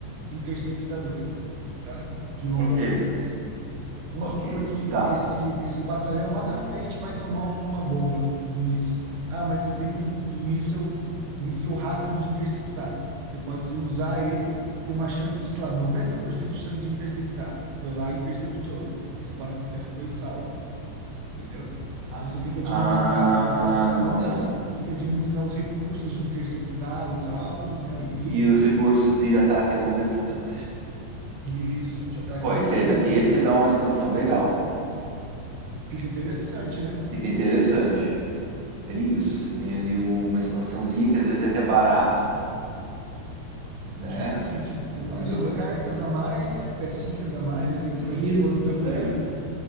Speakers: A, on the right; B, on the right.
A: interceptadores, tá? De longo
B: Ok.
A: alcance. Vamos
B: Ok,
A: supor que
B: tá.
A: esse, esse batalhão lá na frente vai tomar uma bomba de um, um míssil. Ah, mas você tem um, um míssil, um míssil rápido de interceptar. Você pode usar ele, tem uma chance de, sei lá, 90% de chance de interceptar. Foi lá e interceptou. Esse batalhão foi salvo entendeu?
B: Ah,
A: Então você tem que administrar
B: ah,
A: os batalhões,
B: tá.
A: tem que administrar os recursos de interceptar os alvos, né,
B: E,
A: os mísseis,
B: e os recursos de ataque a longa distância.
A: e isso, de ataque
B: Ó,
A: a longa
B: esse aí
A: distância.
B: dá- esse dá uma expansão legal.
A: Fica interessante, né?
B: Fica interessante. Bem isso. Você tem ali uma expansãozinha que às vezes é até barato, né?
A: Justamente.
B: Entendeu?
A: Tem uma- são
B: Fa-
A: cartas a mais, né, pecinhas a mais ali
B: Isso,
A: que você vai dispor no tabuleiro.
B: é.